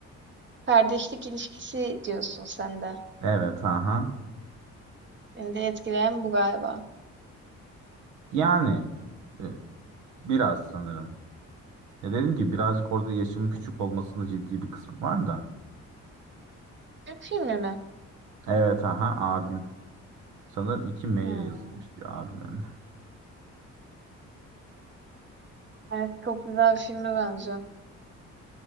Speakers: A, on the right; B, on the right.
A: kardeşlik ilişkisi diyorsun sen de.
B: Evet, aha.
A: Seni de etkileyen bu galiba.
B: Yani e, biraz sanırım. Ya dedim ki birazcık orada yaşımın küçük olmasının ciddi bir kısmı var da.
A: Türk filmi mi?
B: Evet, aha abim. Sanırım iki M
A: Hmm.
B: ile yazılmış bir abimlerim.
A: Evet, çok güzel bir filme benziyor.